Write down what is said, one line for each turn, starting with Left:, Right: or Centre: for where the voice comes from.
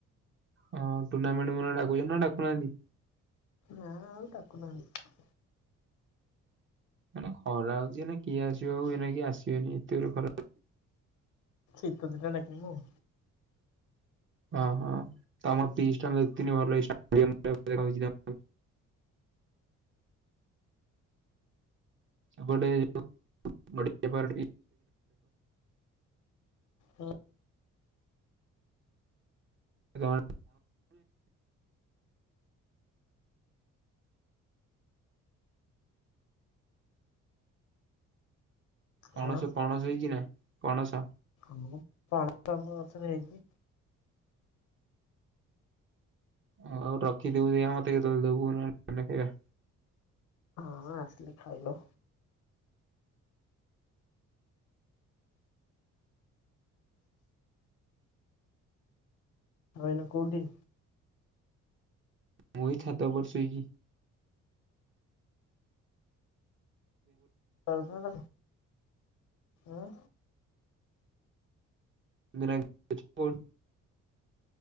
Right: ହଁ ଟୁର୍ଣ୍ଣମଣ୍ଟ ମୋନା ରେଡାକୁଚନ୍ତି ନା ଡାକୁନାହାନ୍ତି?
Left: ନା ଆଉ ଡାକୁନାହାନ୍ତି।
Right: ମାନେ ଖରା ହେଉଛିଏନାକେ କିଏ ଆସିବ ଆଉ ଏ ନାକେକି ଆସିବେନି ଏତେଗୁରେ ଖରା।
Left: ଶୀତ ଦିନ ଡାକି ମୁଁ।
Right: ହଁ ହଁ ତମ ପିିଚ୍ ଟା ମୁ ଦେଖିଥିନି। ଭଲ ଭଲହେଇଥିଲା ଦେଖାଯାଉଛି। ଏପଟେ ଏ ଯୋଉ <unintelligible>
Left: ହଁ।
Right: କଣ। ପଣସ
Left: କଣ
Right: ପଣସ ହେଇଛିି ନା। ପଣସ?
Left: ହାଲେ। ପଣସ ଆମ ଗଛରେ ହେଇଛି।
Right: ହଉ ରଖିଥିବୁଦେଖିଆ ମତେ କେତେ ଦବୁହେନେ ଖାଇବା।
Left: ହଁ ଆସିଲେ ଖାଇବ। ଆଉ ଏଇନା କୋଉଠି?
Right: ମୁଁ ଏଇ ଛାତ ଉପରେ ଶୋଇଚି।
Left: <inaudible> ଆଁ।
Right: <inaudible>